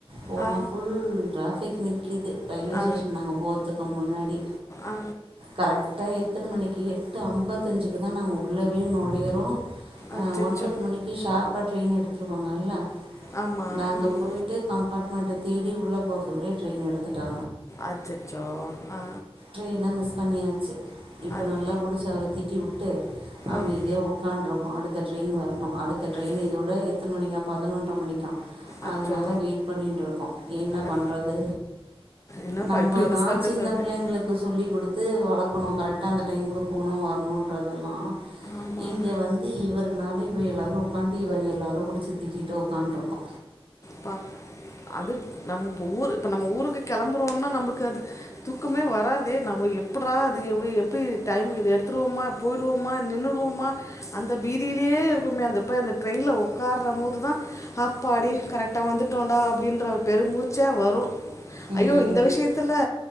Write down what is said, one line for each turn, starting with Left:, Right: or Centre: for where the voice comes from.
Right: போனா
Left: ஆ
Right: ஃபுல் ட்ரா பிக்னிக் கிது ரயில்வே
Left: ஆ
Right: ஸ்டேஷன் நாங்க போற்துக் அ முன்னாடி
Left: ஆ
Right: கரெக்டா எ எத்தன மணிக்கு எட்டு ஐம்பத்தஞ்சிக்கு தா நாங்க உள்ளவே நோழயிறோ
Left: அச்சோ
Right: ஒன்பது மணிக்கு ஷார்ப ட்ரெயின் எடுத்துருவாங்கல
Left: ஆமாம்
Right: நாங்க
Left: ம்
Right: போய்ட்டு கம்பார்மெண்ட் அத தேடி உள்ள போறதுக்குள்ளேயே ட்ரெயின் எடுத்து டா
Left: அச்சோ ஆ
Right: ட்ரெயின் அ மிஸ் பண்ணியாச்சு இப்ப
Left: அச்-
Right: நல்லா புடிச்ச அவர் திட்டி உட்டு அமைதியா
Left: அப்-
Right: உ <unintelligible> இருப்போ அடுத்த ட்ரெயின் வர னு அடுத்த ட்ரெயின்
Left: அச்-
Right: இதோட எத்தன மணிக்கா பதினொன்ற மணிக்கா
Left: அச்சோ
Right: அதனால வெயிட் பண்ணிட் இருக்கோ என்ன
Left: அ-
Right: பண்றது
Left: என்னப்பா
Right: நம்மதா
Left: இப்படி சொன்னேன்
Right: சின்ன பிள்ளைங்ளுக்கு சொல்லி கொடுத்து வளக் போனோ கரெக்டா அந்த டைம்க்கு போனோ வரனோன்ற தெல்லா
Left: ஆமாம்
Right: இங்கே வந்து இவருனாள இப்போ எல்லாரு உக்காந்தி இவர எல்லாரு புடிச்சி திட்டிட்டு உக்காண்ருக்கோ
Left: ப்ப அது நம்ப ஊர் இப்ப நம்ப ஊருக்கு கெளம்புறோனா நமக்கு அது தூக்கமே வராதே நம்ம எப்புட்ரா அது எவு எப்டி டைம்கு இது எடுத்துவோமா போய்டுவோமா நின்னுடுவோமா அந்த பீதிலேயே இருக்குமே அந்த பேய் அந்த ட்ரெயின்ல உக்காற போதுதா ஆப்பாடி கரெக்ட் கிட்ட வந்துட்டோடா அப்டின்ற பெருமூச்சே வரு
Right: ம்
Left: ஐயோ இந்த விஷயத்துல